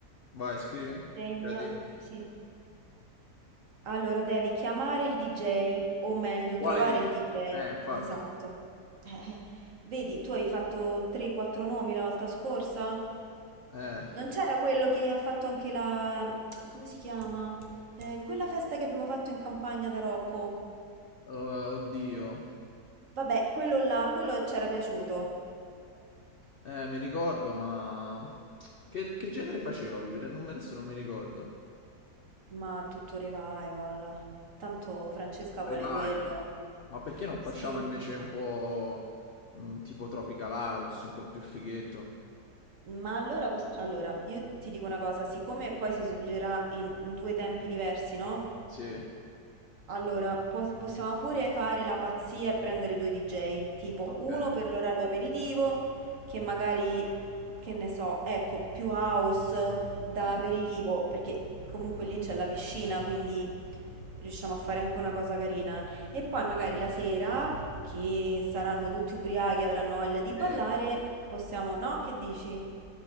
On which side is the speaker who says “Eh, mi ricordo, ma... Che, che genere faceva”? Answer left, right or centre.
Left